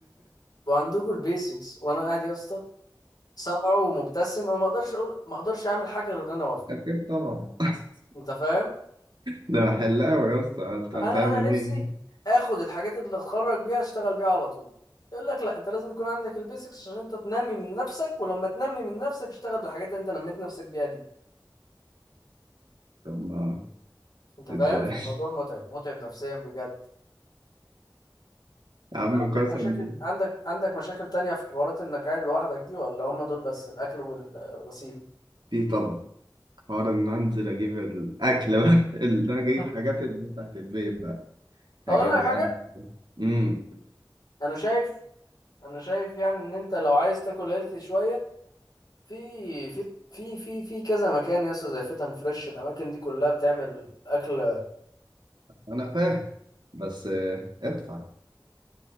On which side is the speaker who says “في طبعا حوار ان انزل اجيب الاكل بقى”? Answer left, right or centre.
Right